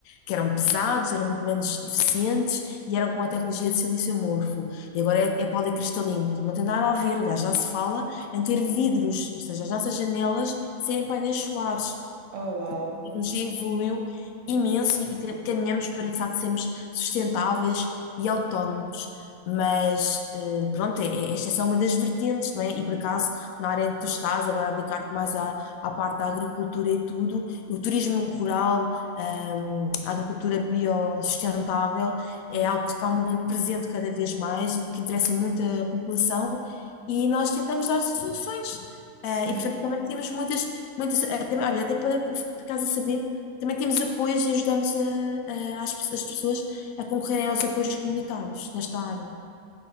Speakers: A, on the left (about 85°); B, on the right (about 65°).
A: que eram pesados, eram muito menos eficientes e eram com a tecnologia de silício amorfo. E agora é, é policristalino, portanto, não tem nada a ver, aliás, já se fala em ter vidros, ou seja, as nossas janelas serem painéis solares
B: Oh, uau.
A: tecnologia evoluiu imenso e cam- caminhamos para, de facto, sermos sustentáveis e autónomos. Mas, eh, pronto, é- é- esta é só uma das vertentes, não é? E, por acaso, na área em que tu estás, agora a dedicar-te mais à, à parte da agricultura e tudo, o turismo rural, ahm, a agricultura biossustentável,
B: Sim,
A: é algo que está muito presente cada vez mais e que interessa muito a população, e nós tentamos dar soluções. Ah,
B: sim.
A: e, portanto, também temos muitas Muitas, até, olha, até para, para ficares saber, também temos apoios e ajudamos a- a- as, pe- as pessoas a concorrerem aos apoios comunitários nesta área.